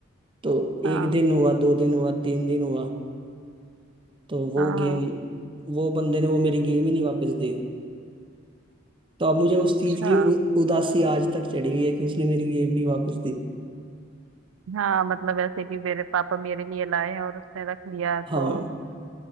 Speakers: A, on the right (about 25°); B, on the right (about 85°).
A: तो
B: हाँ
A: एक दिन हुआ दो दिन हुआ तीन दिन हुआ तो वो
B: हाँ
A: गेम
B: हाँ
A: वो बंदे ने वो मेरी गेम ही नहीं वापस दी तो अब मुझे उस
B: अच्छा
A: चीज की उ, उदासी आज तक चढ़ी हुई है कि उसने मेरी गेम नहीं वापस दी
B: हाँ मतलब ऐसे कि मेरे पापा मेरे लिए लाए हैं और उसने रख लिया तो
A: हाँ